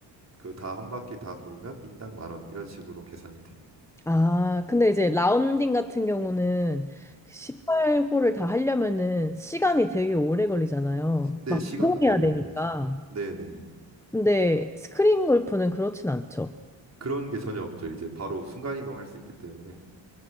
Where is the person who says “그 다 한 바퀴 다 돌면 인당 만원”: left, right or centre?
Right